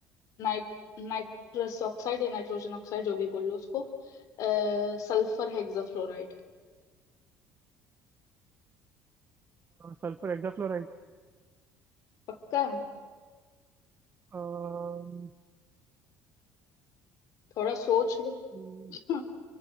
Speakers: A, on the left; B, on the right.
A: नाइट nitrous oxide या नाइट्रोजन ऑक्साइड जो भी बोल लो उसको अ, सल्फर हेक्साफ्लोराइड
B: Sulphur hexafluoride
A: पक्का
B: अम्म,
A: थोड़ा सोच लो
B: सी-
A: <laughs>